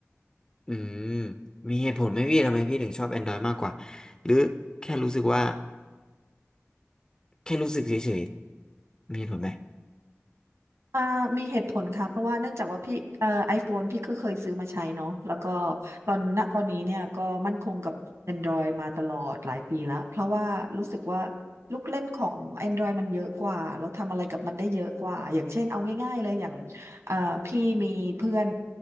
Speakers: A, on the left; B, on the right.
A: อืมมีเหตุผลไหมพี่ทำไมพี่ถึงชอบ Android มากกว่าหรือแค่รู้สึกว่าแค่รู้สึกเฉยๆมีเหตุผลไหม
B: อ่ามีเหตุผลค่ะเพราะว่าเนื่องจากว่าพี่เอ่อไอโฟนพี่ก็เคยซื้อมาใช้เนาะแล้วก็ตอนณตอนนี้เนี่ยก็มั่นคงกับ Android มาตลอดหลายปีละเพราะว่ารู้สึกว่าลูกเล่นของ Android มันเยอะกว่าเราทำอะไรกับมันได้เยอะกว่าอย่างเช่นเอาง่ายๆเลยอย่างเอ่อพี่มีเพื่อน